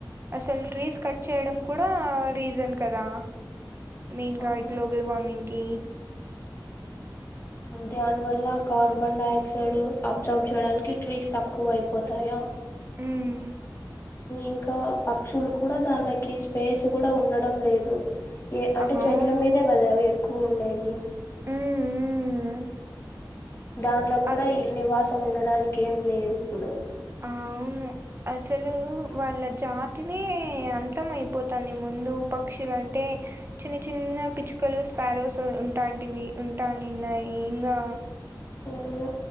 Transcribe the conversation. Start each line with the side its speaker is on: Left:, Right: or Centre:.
Right: అసలు ట్రీస్ కట్ చేయడం కూడా రీజన్ కదా. మెయిన్ గా
Left: అవును
Right: గ్లోబల్ వార్మింగ్ కి
Left: దానివల్ల కార్బన్ డైఆక్సైడ్ అబ్సాబ్ చేయడానికి ట్రీస్ తక్కువైపోతాయా
Right: హ్మ్.
Left: ఇంకా పక్షులు కూడా దానిలకి స్పేస్ కూడా ఉండడం లేదు. ఏ అంటే
Right: అవును.
Left: చెట్ల మీదే కదా అవి స్కూల్ ఏరియా
Right: హ్మ్. హ్మ్.
Left: దానిలో కూడా
Right: అ
Left: ఈల్ నివాసం ఉండడానికి ఏం లేదు ఇప్పుడు
Right: ఆ అవును అసలు వాళ్ళ జాతినే అంతమయిపో పోతాంది ముందు పక్షులు అంటే చిన్న చిన్న పిచ్చుకలు, స్పారోస్ ఉంటాంటివి ఉంటానిన్నాయి. ఇంకా
Left: అవును